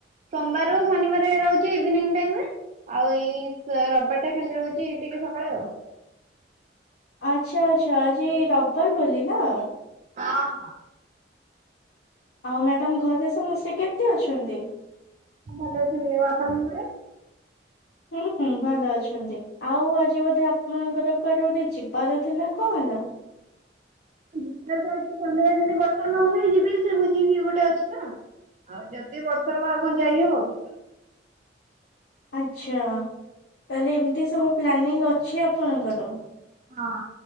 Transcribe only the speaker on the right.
ସୋମବାରରୁ ଶନିବାର ରହୁଛେ ଇଭିନିଂ ଟାଇମରେ। ଆଉ ଏଇ ରବିବାର ଟା ଖାଲି ରହୁଛି ଟିକେ ସକାଳେ ଆଉ।
ହଁ ହଁ।
ହଁ ଭଲ ଅଛନ୍ତି। ଆଉ ଆପଣଙ୍କ ଘରେ?
ଯିବାର ତ ଅଛି ସନ୍ଧ୍ୟାବେଳେ ଯଦି ବର୍ଷା ନହୁଏ, ଯିବି ସେ ଭୋଜି ଗୋଟେ ଅଛି ତ ଆଉ ଯଦି ବର୍ଷା ହବ ଆଉ କଣ ଯାଇହବ କି।
ହଁ